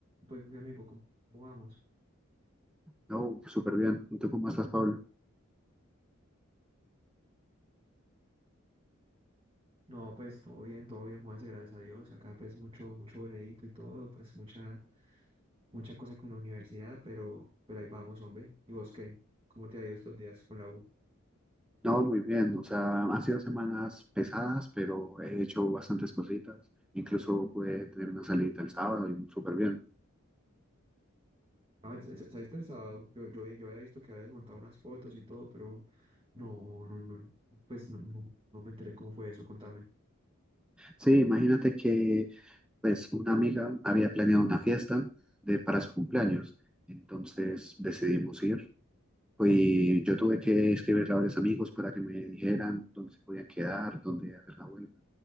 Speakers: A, on the right (about 25°); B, in the centre.
A: Pues mi amigo, ¿cómo cómo vamos?
B: No, súper bien. ¿Y tú cómo estás, Pablo?
A: No, pues todo bien, todo bien, Juanse, gracias a Dios. Acá pues mucho, mucho boleíto y todo, pues mucha, mucha cosa con la universidad, pero, pero ahí vamos, hombre. ¿Y vos qué? ¿Cómo te ha ido estos días con la U?
B: No, muy bien. O sea, han sido semanas pesadas, pero he hecho bastantes cositas. Incluso pude tener una salida el sábado y súper bien.
A: Ah, sa- sa- saliste el sábado. Yo, yo, yo había visto que habías montado unas fotos y todo, pero no, no, no, pues no, no, no me enteré cómo fue eso, contame.
B: Sí, imagínate que pues una amiga había planeado una fiesta de, para su cumpleaños. Entonces decidimos ir. Pues yo tuve que escribirle a varios amigos para que me dijeran dónde se podía quedar, dónde hacer la vuelta.